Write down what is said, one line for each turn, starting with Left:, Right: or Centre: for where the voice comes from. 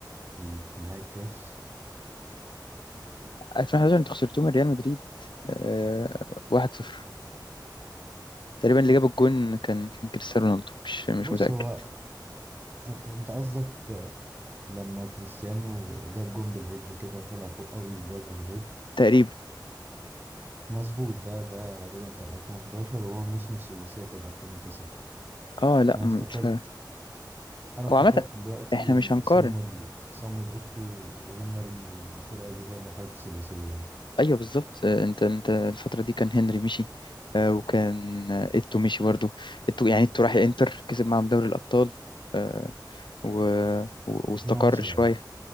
Right: في في نهاية الكاس
Left: 2011 انتوا خسرتوه من ريال مدريد آه 1-0 تقريبا اللي جاب الجون كان كان كريستيانو رونالدو مش مش
Right: بص
Left: متاكد
Right: هو أنت قصدك لما كريستيانو جاب جون بالهيد كده طلع فوق قوي وجابها بالهيد
Left: تقريبا
Right: مظبوط ده ده غالبا كان 2011 وهو موسم السداسية كان 2009 فعلا.
Left: اه لا
Right: عشان
Left: م-
Right: أنا افتكرت
Left: ف...
Right: انا افتكرت
Left: هو عامه
Right: دلوقتي
Left: احنا مش
Right: ان
Left: هنقارن
Right: صامويل صامويل ايتو وهنري والفرقه دي هي اللي خدت الثلاثيه يعني
Left: ايوه بالظبط آه، انت انت الفتره دي كان هنري مشي آه، وكان آه، ايتو مشي برضه ايتو يعني ايتو راح انتر كسب معاهم دوري الابطال آه، و... و...
Right: في
Left: واستقر
Right: 2010
Left: شويه
Right: اه